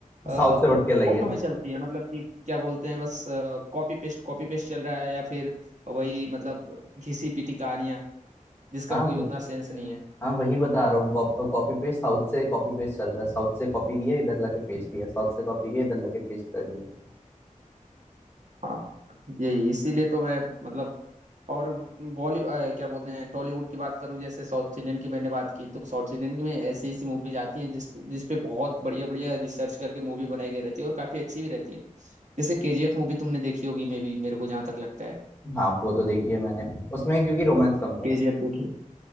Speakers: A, on the left; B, on the right.
A: साउथ
B: ऑटो
A: से उठ के लाइए
B: में चलती है मतलब कि क्या बोलते हैं बस कॉपी पेस्ट कॉपी पेस्ट चल रहा है या फिर वही मतलब घिसी पिटी कहानियां जिसका
A: हाँ
B: कोई
A: व-
B: उतना सेंस नहीं है
A: हाँ वही बता रहा हूँ कॉपी पेस्ट साउथ से कॉपी पेस्ट चल रहा है साउथ से कॉपी किया इधर लाके पेस्ट किया साउथ से कॉपी किया इधर लाके पेस्ट कर दिया
B: हाँ यही इसीलिए तो मैं मतलब और बॉलीवुड क्या बोलते हैं टॉलीवुड की बात करूं जैसे साउथ इंडियन की मैंने बात की तो साउथ इंडियन की में ऐसी ऐसी मूवीज आती हैं जिस जिस पे बहुत बढ़िया बढ़िया रिसर्च करके मूवी बनाई गई रहती है और काफी अच्छी भी रहती है जैसे केजीएफ मूवी तुमने देखी होगी मे भी मेरे को जहां तक लगता है
A: हाँ वो तो देखी है मैंने उसमें क्योंकि रोमांस कम था
B: केजीएफ देखी